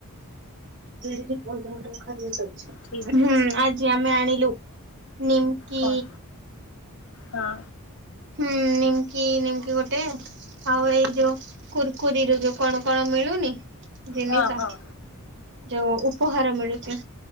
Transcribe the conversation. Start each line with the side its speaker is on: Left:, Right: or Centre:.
Right: ଦୁଇ ହେଟି ପନ୍ଦର ଗ୍ରାମ <unintelligible>
Left: ଠିକ୍
Right: ହୁଁ
Left: ଅଛି।
Right: ଆଜି ଆମେ ଆଣିବୁ। ନିମକି
Left: କଣ ହଁ।
Right: ହୁଁ ନିମକି ନିମକି ଗୋଟେ ଆଉ ଏଇ ଯୋଉ କୁୁରକୁରିରୁ ଯୋଉ କଣ କଣ ମିଳୁନି ଜିନିଷ
Left: ହଁ ହଁ
Right: ଯୋଉ ଉପହାର ମିଳୁଚି